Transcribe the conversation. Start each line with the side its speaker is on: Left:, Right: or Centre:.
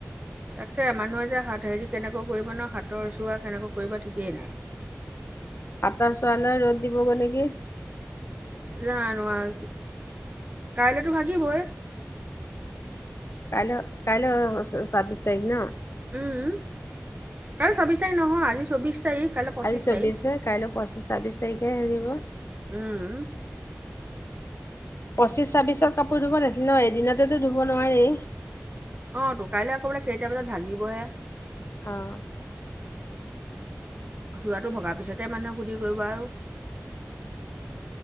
Right: তাকে মানুহে যে হাত হেৰি কেনেকা কৰিব ন হাতৰ চোৱা কেনেকা কৰিব ঠিকেই নাই <inaudible>
Left: আটা চোৱালা ৰ'দ দিব গলে কি
Right: জানোৱাৰু, কি কাইলৈতো ভাগিবই।
Left: কাইলৈ কাইলৈ ছাব্বিছ তাৰিখ ন?
Right: উম, কাললৈ ছাব্বিছ তাৰিখ নহয় আজি চৌবিশ তাৰিখ। কাইলৈ পঁচিশ
Left: আজি চৌবিশ
Right: তাৰিখ
Left: হে কাইলৈ পঁচিশ ছাব্বিশ তাৰিখে হেৰিব।
Right: উম
Left: পঁচিশ, ছাব্বিশত কাপোৰ ধুব নাছিলে ন এদিনতেতো ধুব নোৱাৰি।
Right: অ তু কাইলৈ আকৌ বোলে চাৰিটা বজাত ভাঙিবহে।
Left: আহ
Right: যোৱাটো ভগা পিছতে মানুহে সুধি কৰিব আও। <unintelligible>